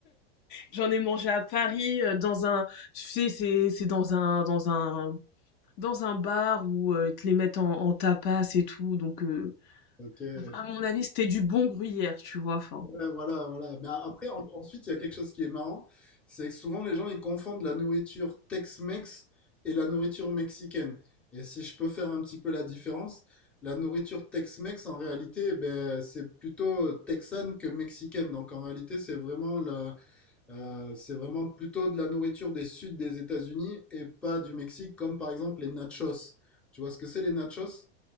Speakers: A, on the left (about 50°); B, in the centre.
A: J'en ai mangé à Paris, heu, dans un tu sais, c'est c'est dans un dans un dans un bar où, heu, ils te les mettent en en tapas et tout, donc heu,
B: ok.
A: à mon avis, c'était du bon gruyère, tu vois? Enfin,
B: Ouais, voilà, voilà. Mais a- après, en- ensuite, il y a quelque chose qui est marrant, c'est que souvent les gens ils confondent la nourriture Tex-Mex et la nourriture mexicaine. Et si je peux faire un petit peu la différence, la nourriture Tex-Mex en réalité, ben, c'est plutôt texane que mexicaine. Donc en réalité, c'est vraiment la, euh, c'est vraiment plutôt de la nourriture des suds des États-Unis et pas du Mexique, comme par exemple les nachos. Tu vois ce que c'est les nachos?